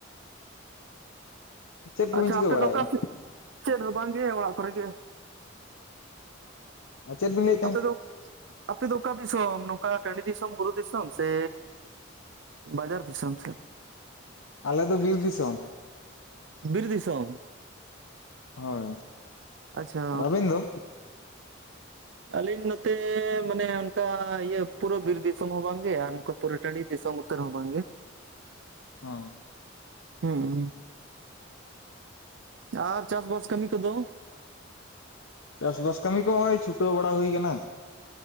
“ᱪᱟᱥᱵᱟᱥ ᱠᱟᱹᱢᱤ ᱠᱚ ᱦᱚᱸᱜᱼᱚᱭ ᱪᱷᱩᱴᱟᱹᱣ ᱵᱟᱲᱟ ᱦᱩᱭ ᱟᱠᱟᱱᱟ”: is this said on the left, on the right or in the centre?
Left